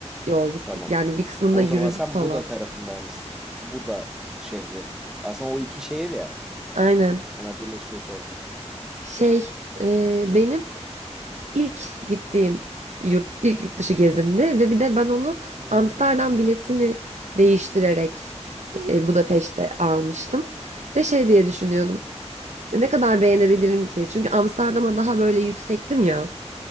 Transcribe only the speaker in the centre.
tamam.
O
zaman sen
Buda tarafındaymışsın. Buda şehri. Aslında o iki şehir ya.
Ona birleşiyor sonra.
Hı hı.